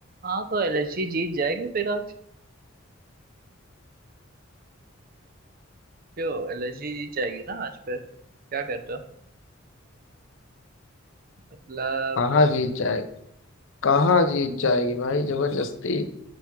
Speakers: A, on the right; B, on the left.
A: हाँ तो एलएसजी जीत जाएगी फिर आज क्यों एलएसजी जीत जाएगी ना आज फिर क्या कहते हो मतलब
B: कहाँ जीत जाए कहाँ जीत जाएगी भाई जबरदस्ती